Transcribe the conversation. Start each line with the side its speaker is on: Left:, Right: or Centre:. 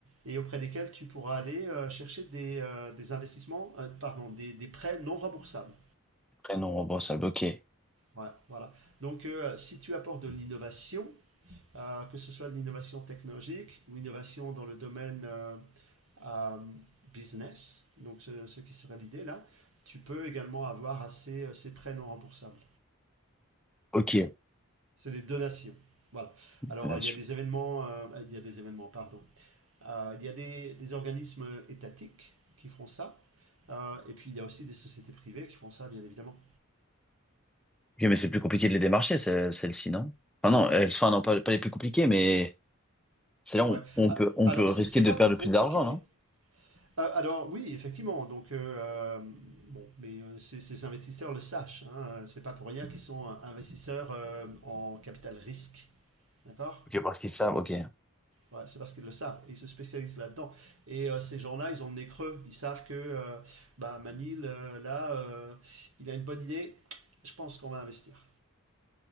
Right: et auprès desquels tu pourras aller euh, chercher des, euh, des investissements, euh, pardon, des, des prêts non remboursables.
Centre: Prénom, remboursable. OK.
Right: Ouais, voilà. Donc, euh, si tu apportes de l'innovation, euh, que ce soit de l'innovation technologique ou innovation dans le domaine euh, euh, business, donc ce, ce qui serait l'idée là, tu peux également avoir assez euh, ces prêts non remboursables.
Centre: OK.
Right: C'est des donations. Voilà. Alors,
Centre: Donation.
Right: euh, il y a des événements, euh, il y a des événements, pardon. Euh, il y a des, des organismes étatiques qui font ça. Euh, et puis, il y a aussi des sociétés privées qui font ça, bien évidemment.
Centre: Ok, mais c'est plus compliqué de les démarcher, ce- celles-ci, non? Enfin, non, elles, enfin, non, pas, pas les plus compliquées, mais c'est là où
Right: Ouais.
Centre: on
Right: Ah,
Centre: peut, on
Right: Alors,
Centre: peut
Right: c'est
Centre: risquer
Right: c'est
Centre: de
Right: pas
Centre: perdre
Right: plus
Centre: le
Right: compliqué
Centre: plus d'argent, non?
Right: Ah, Alors oui, effectivement. Donc euh, euh, bon, mais euh, ces, ces investisseurs le sachent. Hein, euh, c'est pas pour rien qu'ils sont euh, investisseurs euh, en capital risque, d'accord?
Centre: Ok, parce qu'ils savent, ok.
Right: Ouais, c'est parce qu'ils le savent et ils se spécialisent là-dedans. Et euh, ces gens-là, ils ont le nez creux. Ils savent que euh, bah Manil, euh, là, euh, il a une bonne idée. Je pense qu'on va investir.